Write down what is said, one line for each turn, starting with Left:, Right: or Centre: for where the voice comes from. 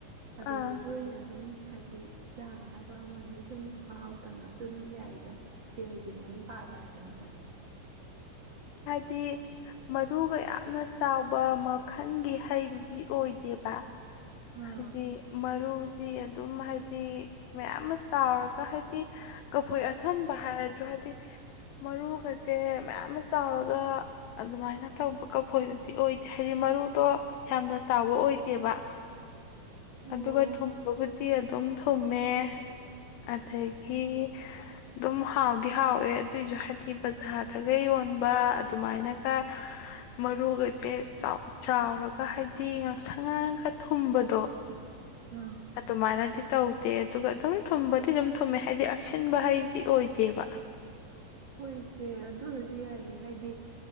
Right: ꯑꯗꯨꯗꯁꯨ
Left: ꯑꯥ
Right: ꯑꯩꯅ ꯑꯗꯨꯝ ꯍꯥꯏꯗꯤ ꯆꯥꯅꯅꯕ ꯑꯃ ꯑꯅꯤ ꯁꯨꯝ ꯃꯍꯥꯎ ꯇꯪꯉꯁꯨ ꯑꯗꯨꯝ ꯌꯥꯏꯗ ꯆꯦꯍꯣꯏꯒꯤ ꯃꯌꯥꯝ ꯄꯥꯜꯂꯦ ꯍꯥꯏꯕꯅꯤꯅ
Left: ꯇ ꯃꯔꯨꯒ ꯌꯥꯝꯅ ꯆꯥꯎꯕ ꯃꯈꯜꯒꯤ ꯍꯩꯗꯨꯗꯤ ꯑꯣꯏꯗꯦꯕ
Right: ꯑꯥ
Left: ꯍꯥꯏꯗꯤ ꯃꯔꯨ ꯗꯤ ꯑꯗꯨꯝ ꯍꯥꯏꯗꯤ ꯃꯌꯥꯝ ꯑꯃ ꯆꯥꯎꯔꯒ ꯍꯥꯏꯗꯤ ꯀꯐꯣꯏ ꯑꯊꯨꯝꯕ ꯍꯥꯏꯔꯁꯨꯣ ꯍꯥꯏꯗꯤ ꯃꯔꯨꯒ ꯀꯁꯦ ꯃꯌꯥꯝ ꯑꯃ ꯆꯥꯎꯔꯒ ꯑꯗꯨꯃꯥꯏꯅ ꯇꯧꯕ ꯀꯐꯣꯏꯗꯨꯗꯤ ꯑꯣꯏꯗꯦ ꯍꯥꯏꯗꯤ ꯃꯔꯨꯗꯣ ꯌꯥꯝꯅ ꯆꯥꯎꯕ ꯑꯣꯏꯗꯦꯕ
Right: ꯑꯣ
Left: ꯑꯗꯨꯒ ꯊꯨꯝꯕꯕꯨꯗꯤ ꯑꯗꯨꯝ ꯊꯨꯝꯃꯦ ꯑꯗꯒꯤ ꯑꯗꯨꯝ ꯍꯥꯎꯗꯤ ꯍꯥꯎꯋꯦ ꯑꯗꯨꯏꯁꯨ ꯍꯥꯏꯗꯤ ꯕꯖꯥꯔꯗꯒ ꯌꯣꯟꯕ ꯑꯗꯨꯃꯥꯏꯅꯒ ꯃꯔꯨꯒꯩꯁꯦ ꯆꯥꯎꯔꯒ ꯍꯥꯏꯗꯤ ꯉꯥꯛꯁꯪ ꯉꯥꯡꯒ ꯊꯨꯝꯕꯗꯣ
Right: ꯑꯥ
Left: ꯑꯗꯨꯃꯥꯏꯅꯗꯤ ꯇꯧꯗꯦ ꯑꯗꯨꯒ ꯑꯗꯨꯝ ꯊꯨꯝꯕꯗꯤ ꯑꯗꯨꯝ ꯊꯨꯝꯃꯦ ꯍꯥꯏꯗꯤ ꯑꯁꯤꯟꯕ ꯍꯩꯗꯤ ꯑꯣꯏꯗꯦꯕ
Right: ꯍꯣꯏ ꯏꯆꯦ ꯑꯗꯨ ꯑꯣꯏꯔꯁꯨ ꯌꯥꯏꯑ ꯍꯥꯏꯗꯤ